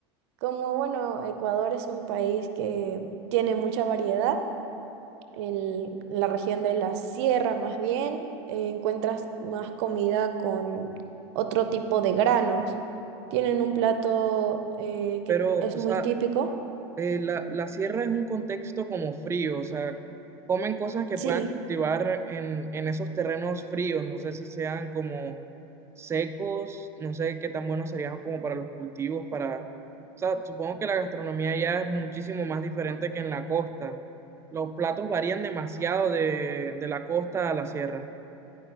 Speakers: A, on the right (about 70°); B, on the right (about 20°).
A: como bueno, Ecuador es un país que tiene mucha variedad. En la región de la sierra, más bien, eh, encuentras más comida con otro tipo de granos. Tienen un plato eh, que
B: Pero,
A: es
B: o
A: muy
B: sea,
A: típico.
B: eh, la, la sierra es un contexto como frío, o sea, comen cosas que
A: Sí,
B: puedan cultivar en, en esos terrenos fríos, no sé si sean como secos, no sé qué tan buenos serían como para los cultivos, para, o sea, supongo que la gastronomía ya es muchísimo más diferente que en la costa. Los platos varían demasiado de, de la costa a la sierra,